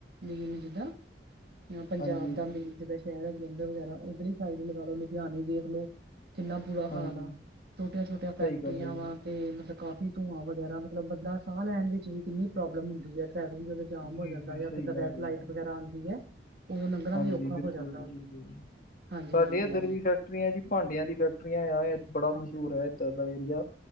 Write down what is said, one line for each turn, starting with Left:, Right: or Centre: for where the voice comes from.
Right: ਮੀਲ ਜਿੱਦਾਂ ਹ ਪੰਜਾਬ
Left: ਹਾਂਜੀ ਹਾਂਜੀ
Right: ਦਾ ਮੀਲ ਜਿੱਦਾਂ। ਪਟਿਆਲਾ ਜਲੰਧਰ ਵਗੈਰਾ ਉੱਧਰ ਹੀ ਸਾਈਡ ਲਗਾ ਲਉ ਲੁਧਿਆਣੇ ਦੇਖ ਲਉ। ਕਿੰਨਾ ਬੁਰਾ
Left: ਹਾਂਜੀ,
Right: ਹਾਲ ਆ ਛੋਟੀਆਂ ਛੋਟੀਆਂ
Left: ਸਹੀ
Right: ਫੈਕਟਰੀਆਂ
Left: ਗੱਲ ਹੈ
Right: ਵਾ। ਅਤੇ ਮਤਲਬ ਕਾਫੀ ਧੂੰਆਂ ਵਗੈਰਾ ਮਤਲਬ ਬੰਦਾ ਸਾਹ ਲੈਣ ਵਿੱਚ ਵੀ ਕਿੰਨੀ ਪ੍ਰੋਬਲਮ ਹੁੰਦੀ ਹੈ। ਫੈਮਲੀ ਦੇ ਜਾਮ
Left: ਜੀ ਜੀ
Right: ਹੋ ਜਾਂਦਾ
Left: ਜੀ
Right: ਜਾਂ
Left: ਸਹੀ
Right: ਕਿਦਾਂ
Left: ਗੱਲ
Right: ਰੈਡ
Left: ਹੈ
Right: ਲਾਈਟ
Left: ਜੀ
Right: ਵਗੈਰਾ ਆਉਂਦੀ ਹੈ। ਉਦੋਂ ਲੰਗਣਾ
Left: ਹਾਂਜੀ
Right: ਵੀ ਔਖਾ
Left: ਬਿਲਕੁਲ
Right: ਹੋ ਜਾਂਦਾ
Left: ਜੀ
Right: ਉਥੋਂ
Left: ਬਿਲਕੁਲ
Right: ਹਾਂਜੀ
Left: ਸਾਡੇ
Right: ਹਾਂਜੀ।
Left: ਇੱਧਰ ਵੀ ਫੈਕਟਰੀਆਂ ਜੀ ਭਾਂਡਿਆਂ ਦੀ ਫੈਕਟਰੀਆਂ ਆ ਬੜਾ
Right: ਅੱਛਾ
Left: ਮਸ਼ਹੂਰ
Right: ਜੀ
Left: ਹੈ ਇੱਧਰ ਦਾ ਏਰੀਆ